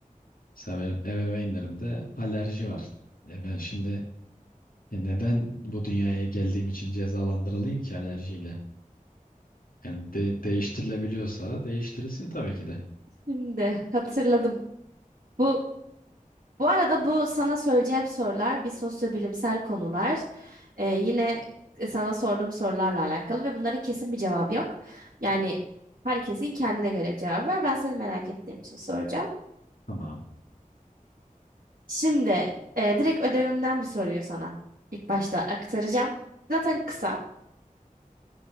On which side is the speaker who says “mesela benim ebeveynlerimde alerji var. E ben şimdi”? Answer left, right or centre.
Left